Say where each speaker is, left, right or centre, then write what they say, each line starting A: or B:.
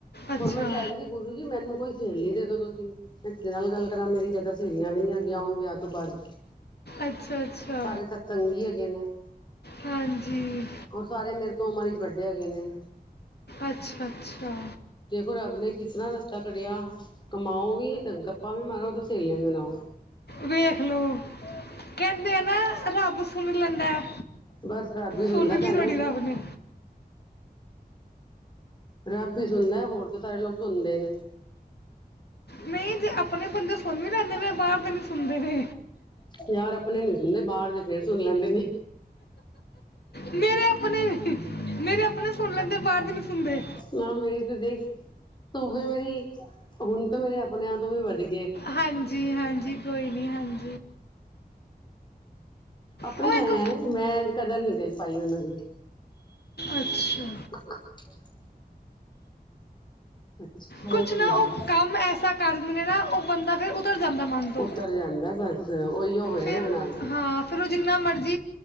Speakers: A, on the left; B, on the left.
A: ਅੱਛਾ।
B: ਹੁਣ ਮੈਂ ਕੈ ਰੀ ਸੀ ਗੁਰੂ ਜੀ ਮੈਨੂੰ ਕੋਈ ਸਹੇਲੀ ਦੇ ਦੋ ਤੁਸੀਂ, ਇੱਕ ਦੇ ਨਾਲ ਗੱਲ ਕਰਾਂ ਮੇਰੀ ਜ਼ਿਆਦਾ ਸਹੇਲੀਆਂ ਵੀ ਨੀ ਹੈਗੀਆਂ ਹੁਣ ਵਿਆਹ ਤੋਂ ਬਾਅਦ
A: ਅੱਛਾ ਅੱਛਾ,
B: ਸਾਰੇ ਸਤਸੰਗੀ ਹੈਗੇ ਨੇ
A: ਹਾਂਜੀ
B: ਔਰ ਸਾਰੇ ਮੇਰੇ ਤੋਂ ਉਮਰ ਵਿੱਚ ਵੱਡੇ ਹੈਗੇ ਨੇ
A: ਅੱਛਾ ਅੱਛਾ।
B: ਦੇਖੋ ਰੱਬ ਨੇ ਕਿਸ ਤਰ੍ਹਾਂ ਰਸਤਾ ਕੱਢਿਆ ਕਮਾਓ ਵੀ ਗੱਪਾਂ ਵੀ ਮਾਰੋ ਤੇ ਸਹੇਲੀਆਂ ਵੀ ਬਣਾਓ
A: ਵੇਖ ਲੋ, ਕਹਿੰਦੇ ਆ ਨਾ ਰੱਬ ਸੁਣ ਲੈਂਦਾ ਐ।
B: ਬਸ ਰੱਬ ਹੀ ਸੁਣਦਾ
A: ਸੁਣ ਲੀ
B: ਭੈਣੇ
A: ਤੁਹਾੜੀ ਰੱਬ ਨੇ।
B: ਰੱਬ ਹੀ ਸੁਣਦਾ ਹੋਰ ਤਾਂ ਸਾਰੇ ਲੋਕ ਸੁਣਦੇ ਨੇ
A: ਨਹੀਂ ਜੇ ਆਪਣੇ ਬੰਦੇ ਸੁਣ ਵੀ ਲੈਦੇ ਨੇ ਬਾਹਰ ਨੀ ਸੁਣਦੇ ਨੇ
B: ਯਾਰ ਆਪਣੇ ਨੀ ਸੁਣਦੇ ਬਾਹਰ ਦੇ ਫੇਰ ਸੁਣ ਲੈਂਦੇ ਨੇ।
A: ਮੇਰੇ ਆਪਣੇ ਮੇਰੇ ਆਪਣੇ ਸੁਣ ਲੈਂਦੇ ਬਾਹਰ ਦੇ ਨਹੀਂ ਸੁਣਦੇ
B: ਨਾ ਮੇਰੀ ਦੇਖ ਤੂੰ ਵੀ ਮੇਰੀ ਹੁਣ ਤਾ ਮੇਰੇ ਆਪਣੇ ਆਪ ਤੋਂ ਵੀ ਵਧੀਆ
A: ਹਾਂਜੀ, ਹਾਂਜੀ। ਕੋਈ ਨੀ ਹਾਂਜੀ।
B: ਆਪਣੇ
A: ਉਹ ਇੱਕ
B: ਹੈ ਮੈਂ ਕਦਰ ਨੀ ਕਰ ਪਾਈ ਉਹਨਾਂ ਦੀ
A: ਅੱਛਾ
B: <unintelligible> ਅੱਛਾ ਹੋਰ
A: ਕੁਛ
B: ਸੁਣਾਓ
A: ਨਾ ਉਹ ਕੰਮ ਐਸਾ ਕਰ ਦਿੰਨੇ ਨਾ ਉਹ ਬੰਦਾ ਫਿਰ ਉਤਰ ਜਾਂਦਾ ਮਨ ਤੋਂ
B: ਉਤਰ ਜਾਂਦਾ ਬਸ ਉਹੀਓ ਹੋਇਆ
A: ਫਿਰ
B: ਮੇਰੇ ਨਾਲ
A: ਹਾਂ ਫਿਰ ਉਹ ਜਿੰਨਾ ਮਰਜ਼